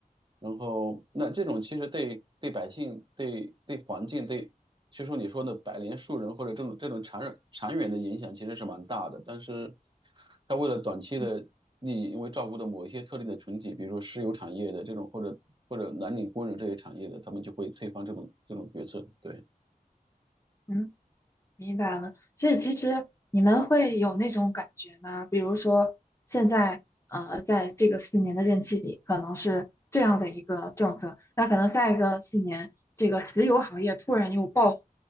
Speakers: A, on the right; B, on the left.
A: 然后那这种其实对对百姓、对对环境、对就说你说的百年树人或者这种这种长远长远的影响其实是蛮大的，但是他为了短期的利益，
B: 嗯
A: 因为照顾的某一些特定的群体，比如说石油产业的这种或者或者蓝领工人这些产业的，他们就会推翻这种这种决策，对。
B: 嗯。明白了，所以其实你们会有那种感觉吗？比如说，现在呃，在这个四年的任期里，可能是这样的一个政策，那可能下一个四年，这个石油行业突然又爆火了，